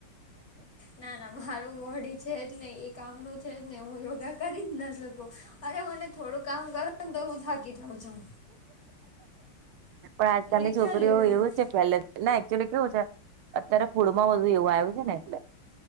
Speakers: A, on the left (about 40°); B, on the right (about 80°).
A: ના, ના મારું બોડી છે જ નહીં. એ કામનું છે જ ને હું યોગા કરી જ ના શકું. અરે મને થોડું કામ કરું ને તોય હું થાકી જાઉં છું.
B: પણ આજકાલની
A: લિટરલી
B: છોકરીઓ એવું જ છે પહેલે જ, ના એકચુલી કેવું છે અત્યારે ફૂડ માં વધુ એવું આયું છે ને એટલે